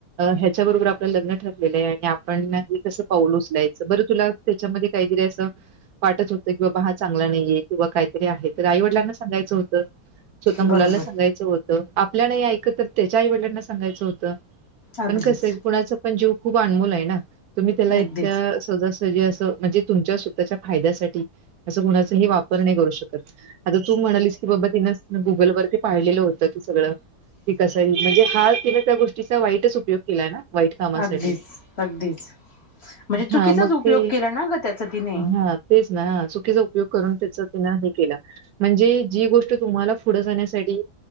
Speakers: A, on the right; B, on the left.
A: ह्याच्याबरोबर आप लग् आपण एकसं पाऊल उचलायचं बर तुला त्याच्यामध्ये काहीतरी असं वाटत होतं कि बाबा हा चांगला नाहीये किंवा काहीतरी आहे तर आईवडिलांना सांगायचं होतं स्वतः
B: बरोबर
A: मुलाना सांगायचं होतं आपल्या नाही ऐक तर त्याच्या आईवडलांना सांगायचं होतं
B: अगदीच
A: पण कसं कुणाच पण जीव खूप अनमोल आहे ना तुम्ही त्याला
B: अगदीच
A: इतक्या सज म्हणजे तुमच्या स्वतःच्या फायद्यासाठी असं कुणाचा हे वापर नाही करू शकत आता तू म्हणालीस की बाबा तिनं गुगल वरती पाहिलेलं होतं तू सगळं ठीक म्हणजे हा तिने त्या गोष्टीचा वाईटच उपयोग केलाय ना वाईट कामासाठी
B: अगदीच अगदीच म्हणजे चुकीचाच
A: हा मग
B: उपयोग
A: ते
B: केला ना ग त्याचा तिने
A: हा तेच ना चुकीचा उपयोग करून के म्हणजे जी गोष्ट तु पुढ जाण्यासाठी